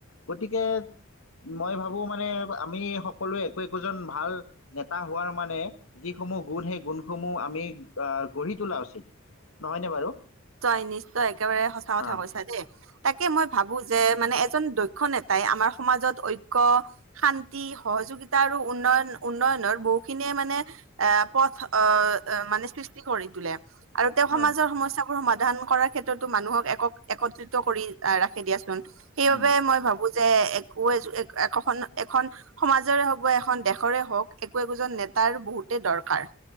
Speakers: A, on the left; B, on the right.
A: গতিকে মই ভাবোঁ মানে আমি সকলোৱে একো একোজন ভাল নেতা হোৱাৰ মানে যিসমূহ গুণ সেই গুণসমূহ আমি গঢ়ি তোলা উচিত নহয়নে বাৰু
B: নিশ্চয় নিশ্চয় একেবাৰে সঁচা কথা
A: অঁ
B: কৈছা দেই তাকে মই ভাবো যে মানে এজন দক্ষ নেতাই আমাৰ সমাজত ঐক্য শান্তি সহযোগিতা আৰু উন্নয়ন উন্ন খনৰ বহু খিনিয়ে মানে পদ অ মানে সৃষ্টি কৰি তোলে আৰু তেওঁ
A: হয়
B: সমাজৰ সমস্যা সমাধান কৰাৰ ক্ষেত্ৰতো মানুহক একক একত্ৰিত কৰি আহ ৰাখি দিয়াচোন। সেইবাবে
A: উম,
B: মই ভাবো যে এক একোখন এখন সমাজৰে হওক বা এখন দেশৰে হওক একো একোজন নেতা তাৰ বহুতে দৰকাৰ।